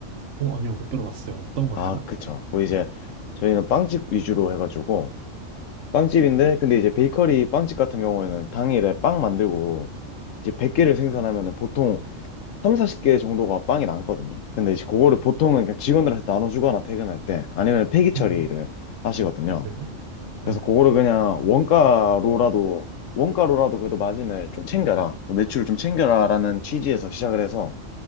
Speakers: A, on the right (about 70°); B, on the left (about 75°).
A: 오, 아니요, 못 들어봤어요. 어떤 거예요?
B: 아, 그쵸. 뭐 이제 저희는 빵집 위주로 해가지고 빵집인데 근데 이제 베이커리 빵집 같은 경우에는 당일에 빵 만들고 이제 100개를 생산하면은 보통 3, 40개 정도가 빵이 남거든요. 근데 이제 그거를 보통은 그냥 직원들한테 나눠주거나 퇴근할 때 아니면 폐기 처리를
A: 음,
B: 하시거든요.
A: 왜요? 네.
B: 그래서 그거를 그냥 원가로라도 원가로라도 그래도 마진을 좀 챙겨라. 그 매출을 좀 챙겨라라는 취지에서 시작을 해서